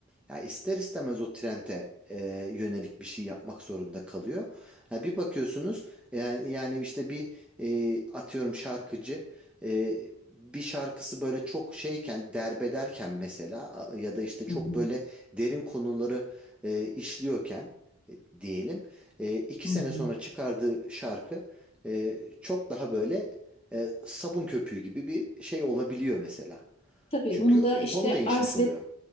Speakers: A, in the centre; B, on the left.
A: Ya ister istemez o trende e, yönelik bir şey yapmak zorunda kalıyor. Ha, bir bakıyorsunuz yani, yani işte bir e, atıyorum şarkıcı e, bir şarkısı böyle çok şeyken derbederken mesela a- ya da işte çok
B: Hı hı,
A: böyle derin konuları e, işliyorken e, diyelim e, iki
B: hı
A: sene
B: hı.
A: sonra çıkardığı şarkı e, çok daha böyle e, sabun köpüğü gibi bir şey olabiliyor mesela.
B: Tabii
A: Çünkü
B: bunu da işte
A: konu değişmiş
B: arz
A: oluyor.
B: ve